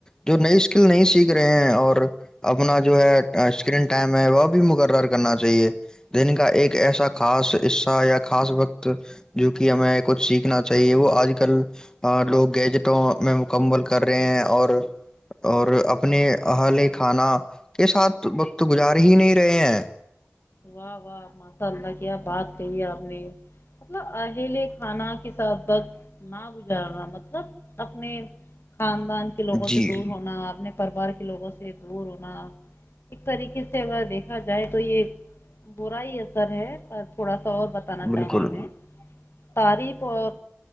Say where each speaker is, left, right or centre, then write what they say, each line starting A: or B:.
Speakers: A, on the left; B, on the left.
A: جو نئی اسکل نہیں سیکھ رہے ہیں اور اپنا جو ہے اسکرین ٹائم ہے وہ بھی مقرر کرنا چاہیے دن کا ایک ایسا خاص حصہ یا خاص وقت تو جو کہ ہمیں کچھ سیکھنا چاہیے وہ آج کل لوگ گیجٹوں میں مکمل کر رہے ہیں اور اور اپنے ال کھانا کے ساتھ وقت گزار ہی نہیں رہے ہیں
B: واہ واہ مسا اللہ کیا بات کہی آپ نے مطلب اہیل کھانا کے سبت نہ گزارنا مطلب اپنےان خدان کے لوگوں
A: جی
B: سے دور ہونا اپنے پریوار کے لوگوں سے دور ہونا ایک طریقے سے اگر دیکھا جائے تو یہ برا ہی اثر ہے پر تھوڑا سا اور بتانا
A: بالکل
B: چاہوں گی میں تعریف اور